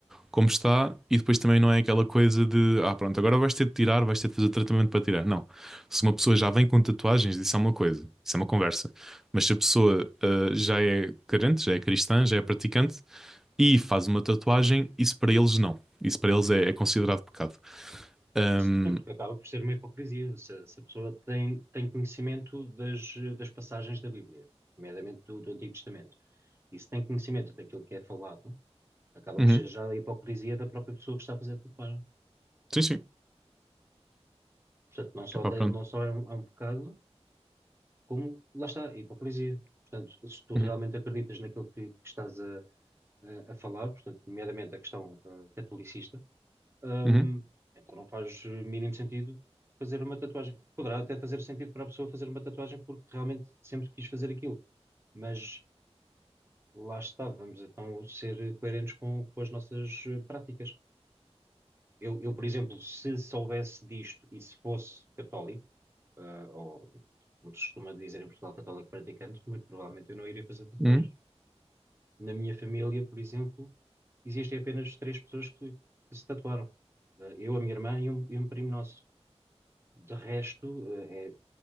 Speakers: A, in the centre; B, on the right.
A: como está e depois também não é aquela coisa de ah, pronto, agora vais ter de tirar, vais ter de fazer tratamento para tirar. Não. Se uma pessoa já vem com tatuagens, isso é uma coisa, isso é uma conversa. Mas se a pessoa ah, já é crente, já é cristã, já é praticante e faz uma tatuagem, isso para eles não. Isso para eles é, é considerado pecado. Ahm,
B: sim, porque acaba por ser uma hipocrisia. Se, se a pessoa tem, tem conhecimento das, das passagens da Bíblia, nomeadamente do, do Antigo Testamento, e se tem conhecimento daquilo que é falado, acaba
A: uhum.
B: por ser já a hipocrisia da própria pessoa que está a fazer tatuagem.
A: Sim, sim.
B: Portanto, não só,
A: Epá,
B: de-
A: pronto.
B: não só é um, é um pecado, como lá está, a hipocrisia. Portanto, se tu
A: Uhum,
B: realmente acreditas naquilo que, que estás a, a- a falar, portanto, nomeadamente a questão ah, catolicista, hum,
A: uhum,
B: então não faz eh, mínimo sentido fazer uma tatuagem. Poderá até fazer sentido para a pessoa fazer uma tatuagem porque realmente sempre quis fazer aquilo, mas lá está, vamos então ser coerentes com, com as nossas eh, práticas. Eu, eu, por exemplo, se soubesse disto e se fosse católico, ah, ou como se costuma dizer em Portugal, católico praticante, muito provavelmente eu não iria fazer tatuagens.
A: uhum,
B: Na minha família, por exemplo, existem apenas três pessoas que, que se tatuaram. Ah, eu, a minha irmã e um, e um primo nosso. De resto, ah, é,